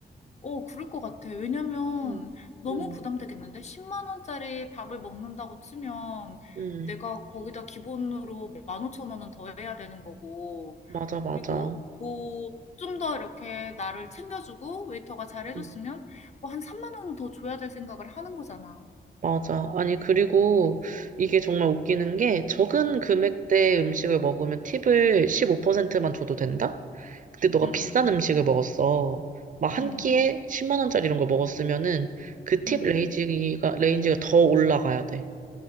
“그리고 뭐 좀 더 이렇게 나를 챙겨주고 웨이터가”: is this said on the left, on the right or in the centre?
Left